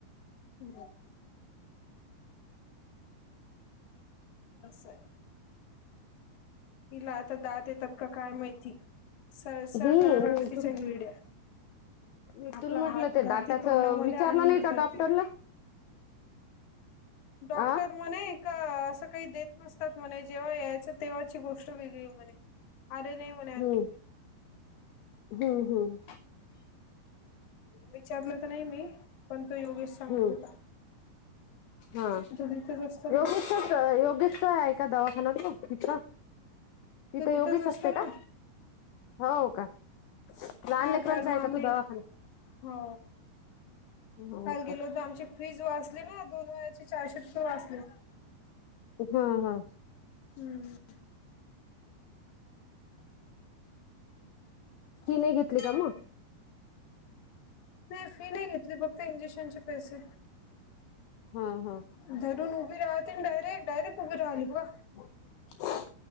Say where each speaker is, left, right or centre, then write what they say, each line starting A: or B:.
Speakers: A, on the left (about 60°); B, on the left (about 75°).
A: <unintelligible> <unintelligible> तिला आता दात येतात का काय माहिती. सळ सळ
B: हम्म
A: करायला लागले
B: मी
A: तिच्या
B: तुम
A: हिरड्या.
B: मी
A: आपला
B: तुला म्हटलं
A: हात
B: ते
A: घालती
B: दाताच
A: तोंडामध्ये
B: विचारलं
A: आणि
B: नाही
A: हे
B: का
A: करती.
B: डॉक्टरला
A: डॉक्टर
B: आ
A: म्हणे का असं काही देत नसतात म्हणे जेव्हा यायचं तेव्हाची गोष्ट गोष्ट वेगळी म्हणे आले नाही म्हणे
B: हम्म
A: आणखी.
B: हम्म हम्म.
A: विचारलं तर नाही मी पण तो योगेश सांगत
B: हम्म
A: होता
B: हा
A: तो तिथंच असतो ना
B: योगचच योगश का आहे. का दवाखानातो तिथंला तिथे
A: तो तिथंच
B: योगेश
A: असतो
B: असते
A: ना
B: का. हो का लहान
A: हा
B: लेकरांचा
A: काल मग
B: आहे का
A: आम्ही
B: तो दवाखाना.
A: हो
B: हो
A: काल गेलो
B: का
A: होत आमची फीज वाच <unintelligible> ना दोन वेळाचे चारशे रुपये वाचले.
B: हा, हा.
A: हम्म!
B: फि नाही घेतली का मग?
A: नाही फी नाही घेतली फक्त इंजेक्शनचे पैसे.
B: हा हा
A: धरुन उभी राहतेना डायरेक्ट, डायरेक्ट उभी राहली बा.
B: हम्म!